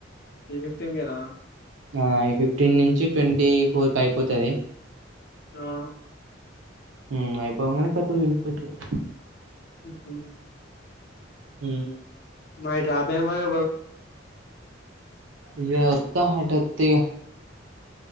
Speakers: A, on the left; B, on the right.
A: ఈ ఫిఫ్టీన్ కేనా
B: ఆ ఈ ఫిఫ్టీన్ నుంచి ట్వంటీ ఫోర్కికి అయిపోతది
A: హా
B: ఉ అయిపోగానే కొత్తది తీసిపెట్టుడు
A: ఉ ఉ
B: ఉ
A: మాయి ట్రాపే మరి
B: ఇగ వస్త అటు ఒద్దిగా